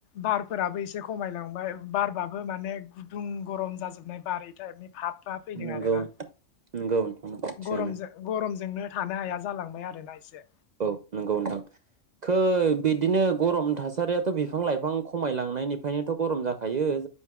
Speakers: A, on the left (about 65°); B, on the right (about 70°).
A: बारफोराबो एसे खमायलांबाय बारबा माने गुदुं गरम जाजोबनाय बारनि फाबफ्रा फैदों
B: नंगौ
A: आरोना
B: नंगौ नोंथां नंगौ थिगानो
A: गरमजों गरमजोंनो थानो हाया जालांबाय आरोना एसे
B: औ नंगौ नोंथां खो बिदिनो गरम थासारियाथ' बिफां लाइफां खमायलांनायनिफ्रायनोथ' गरम जाखायो ।